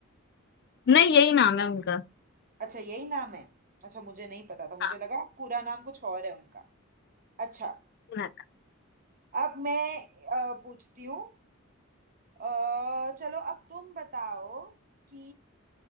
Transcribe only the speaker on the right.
अच्छा यही नाम है अच्छा मुझे नहीं पता था
मुझे लगा पूरा नाम कुछ और है उनका अच्छा
अब मैं अ, पूछती हूँ अ, चलो अब तुम बताओ कि